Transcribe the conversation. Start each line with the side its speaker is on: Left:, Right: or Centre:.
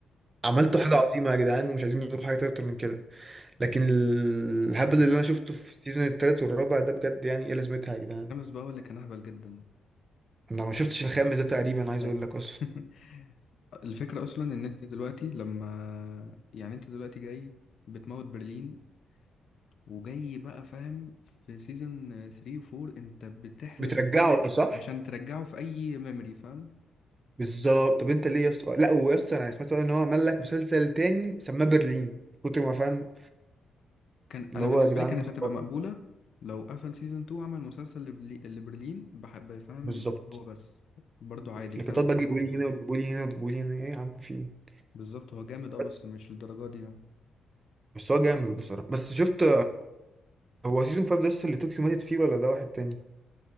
Right: عملتوا حاجة عظيمة يا جدعان ومش عايزين منكم حاجة أكتر من كده لكن ال- الهبل
Left: والخامس
Right: اللي أنا شفته في السيزون التالت والرابع ده بجد يعني إيه لازمتها يا جدعان
Left: بقى هو اللي كان اهبل جدا
Right: أنا ما شفتش الخامس ده تقريبا عايز
Left: آه.
Right: أقول لك أصلا
Left: <laughs> الفكرة اصلا ان انت دلوقتي لما يعني انت دلوقتي جاي بتموت برلين وجاي بقى فاهم في سيزون 3 و 4 انت بتحلب
Right: بترجعه
Left: الدنيا
Right: صح؟
Left: عشان ترجعه في اي ميموري فاهم
Right: بالظبط طب انت ليه يا اسطى لا ويا اسطى انا سمعت ان هو عمل لك مسلسل تاني سماه برلين كتر ما فاهم
Left: كان
Right: اللي
Left: انا
Right: هو
Left: بالنسبه
Right: يا جدعان
Left: لي كانت
Right: خلاص.
Left: هتبقى مقبوله لو قفل سيزون 2 عمل مسلسل لبرلي... لبرلين بحب يفهم
Right: بالظبط
Left: هو بس برضو عادي
Right: لكن
Left: فاهم
Right: بقى تجيبوا لي هنا وتجيبوا لي هنا وتجيبوا لي هنا ايه يا عم في ايه؟
Left: بالظبط هو جامد اه
Right: بس
Left: بس مش للدرجه دي يعني
Right: بس هو جامد بصراحه بس شفت هو سيزون 5 ده لسه اللي طوكيو ماتت فيه ولا ده واحد تاني؟